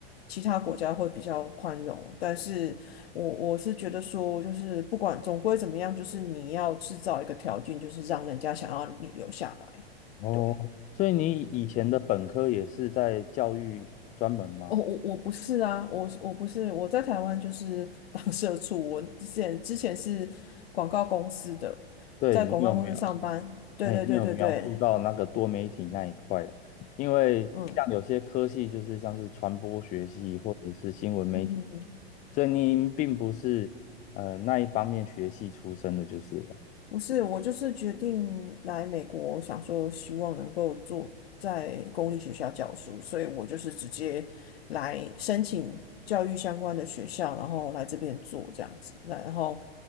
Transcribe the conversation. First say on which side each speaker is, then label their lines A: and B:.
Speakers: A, on the left (about 70°); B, on the left (about 25°).
A: 其他国家会比较宽容，但是我我是觉得说，就是不管总归怎么样，就是你要制造一个条件，就是让人家想要你留下来。
B: 哦，
A: 对，
B: 所以你以前的本科也是在教育专门吗？
A: 哦，我我不是啊，我我不是，我在台湾就是 <laughs> 当社畜，我之前之前是广告公司的，
B: 对，
A: 在广告公司上班。
B: 你有没有？
A: 对对对对对，
B: 嘿，你有描述到那个多媒体那一块的？因为像有些科系就是像是传播学系或者是新闻媒体，
A: 嗯嗯嗯嗯，
B: 所以您并不是呃那一方面学系出身的，就是了。
A: 不是，我就是决定来美国，想说希望能够做在公立学校教书，所以我就是直接来申请教育相关的学校，然后来这边做这样子，那然后